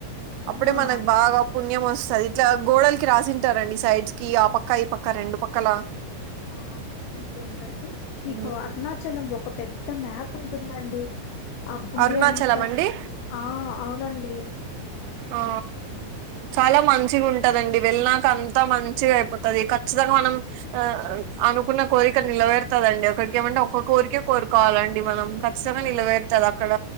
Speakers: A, on the left (about 80°); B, on the right (about 85°).
A: అవునా
B: అప్పుడే మనకు బాగా పుణ్యమస్ అది ఇట్లా గోడలకిి రాసింటారండి సైడ్స్ కి ఆ పక్క ఈ పక్క రెండు పక్కల
A: ఆవును ఇంకేంటండి నీకు
B: హ్మ్
A: అరుణాచలం ఒ ఒక పెద్ద మ్యాప్ ఉంటుందండి ఆ గుడి
B: అరుణాచలం
A: అంతా
B: అండి
A: ఆ అవునండి
B: ఆ
A: ఆ
B: చాలా మంచిగుంటదండి వెళ్ళాక అంతా మంచిగా అయిపోతది ఖచ్చితంగా మనం ఆ అనుకున్న కోరిక నిలవేరుతది రండి ఒకరికి ఏమంటే ఒక్క కోరిక కోరుకోవాలండి మనం ఖచ్చితంగ నిలవేరుతది అక్కడ